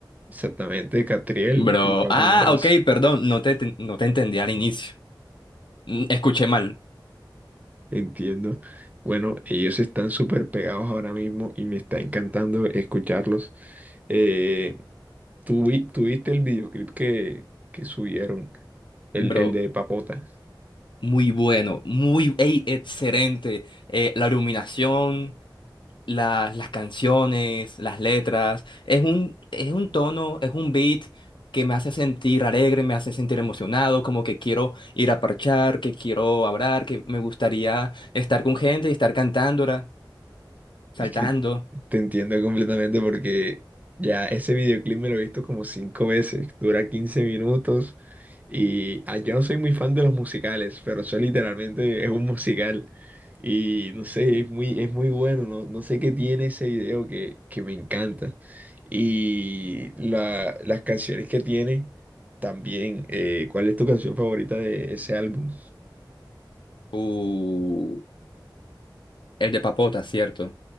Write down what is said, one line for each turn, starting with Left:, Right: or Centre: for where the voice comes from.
Right: Exactamente, Catriel
Left: Bro,
Right: y Paco
Left: ah,
Right: Moroso.
Left: ok, perdón, no te, te- no te entendí al inicio. Mm, Escuché mal.
Right: Entiendo. Bueno, ellos están súper pegados ahora mismo y me está encantando escucharlos. Eh, ¿tú, vi- tú viste el videoclip que, que subieron? El,
Left: Bro,
Right: el de Papota.
Left: muy bueno, muy, ey, excelente. Eh, la iluminación. las, las canciones, las letras. Es un, es un tono, es un beat que me hace sentir alegre, me hace sentir emocionado, como que quiero ir a parchar, que quiero hablar, que me gustaría estar con gente y estar cantándola, saltando.
Right: Es que te entiendo completamente porque ya ese videoclip me lo he visto como cinco veces, dura quince minutos y ah, yo no soy muy fan de los musicales, pero eso literalmente es un musical y no sé, es muy, es muy bueno, no, no sé qué tiene ese video que, que me encanta y la- las canciones que tiene también, eh, ¿cuál es tu canción favorita de ese álbum?
Left: Uh, el de papota, ¿cierto?